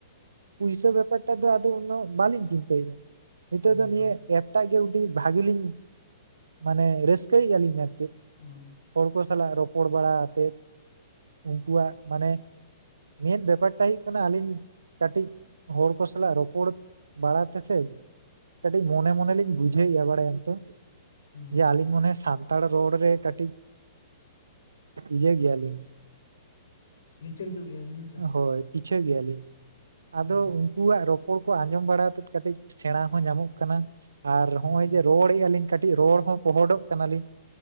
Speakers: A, on the right; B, on the left.
A: ᱯᱩᱭᱥᱟᱹ ᱵᱮᱯᱟᱨ ᱴᱟᱜ ᱫᱚ ᱟᱫᱚ ᱩᱱᱟᱹᱜ ᱵᱟᱞᱤᱧ ᱪᱤᱱᱛᱟᱹᱭᱮᱜ-ᱟ
B: ᱦᱩᱸ
A: ᱱᱤᱛᱚᱜ ᱫᱚ ᱱᱤᱭᱟᱹ ᱮᱯᱷ ᱴᱟᱜ ᱜᱮ ᱡᱩᱫᱤ ᱵᱷᱟᱜᱮ ᱞᱤᱧ ᱢᱟᱱᱮ ᱨᱟᱹᱥᱠᱟᱹᱭ ᱡᱟᱹᱱᱤᱡ ᱟᱨ ᱪᱮᱫ
B: ᱦᱩᱸ
A: ᱦᱚᱲ ᱠᱚ ᱥᱟᱞᱟᱜ ᱨᱚᱯᱚᱲ ᱵᱟᱲᱟ ᱟᱛᱮᱫ ᱩᱸᱠᱩᱣᱟᱜ ᱢᱟᱱᱮ ᱱᱤᱭᱟᱹᱫ ᱵᱮᱯᱟᱨ ᱴᱟᱜ ᱦᱩᱭᱩᱜ ᱠᱟᱱᱟ ᱟᱹᱞᱤᱧ ᱠᱟᱹᱴᱤᱡ ᱦᱚᱲ ᱠᱚ ᱥᱟᱞᱟᱜ ᱨᱚᱯᱚᱲ ᱵᱟᱲᱟ ᱛᱮ ᱥᱮ ᱠᱟᱹᱴᱤᱡ ᱢᱚᱱᱮ ᱢᱚᱱᱮ ᱞᱤᱧ ᱵᱩᱡᱷᱟᱹᱣᱮᱜ-ᱟ ᱵᱟᱲᱟᱭᱟᱢ ᱛᱚ,
B: ᱦᱩᱸ
A: ᱡᱮ ᱟᱹᱞᱤᱧ ᱢᱚᱱᱮ ᱥᱟᱱᱛᱟᱲ ᱨᱚᱲ ᱨᱮ ᱠᱟᱹᱴᱤᱡ, ᱤᱭᱟᱹ ᱜᱮᱭᱟᱞᱤᱧ᱾
B: ᱞᱤᱪᱟᱹᱲ ᱧᱚᱜ ᱜᱮᱭᱟᱵᱤᱱ ᱦᱮᱸ ᱥᱮ᱾
A: ᱦᱳᱭ ᱯᱤᱪᱷᱟᱹ ᱜᱮᱭᱟᱞᱤᱧ,
B: ᱦᱮᱸ
A: ᱟᱫᱚ ᱩᱱᱠᱩᱣᱟᱜ ᱨᱚᱯᱚᱲ ᱠᱚ ᱟᱸᱡᱚᱢ ᱵᱟᱲᱟ ᱟᱛᱮᱫ ᱠᱟᱹᱴᱤᱡ ᱥᱮᱬᱟ ᱦᱚᱸ ᱧᱟᱢᱚᱜ ᱠᱟᱱᱟ ᱟᱨ
B: ᱦᱮᱸ
A: ᱦᱚᱸᱜ-ᱚᱭ ᱡᱮ ᱨᱚᱲ ᱞᱮᱜ-ᱟ ᱞᱤᱧ ᱠᱟᱹᱴᱤᱡ ᱨᱚᱲ ᱦᱚᱸ ᱯᱚᱦᱚᱰᱚᱜ ᱠᱟᱱᱟᱞᱤᱧ,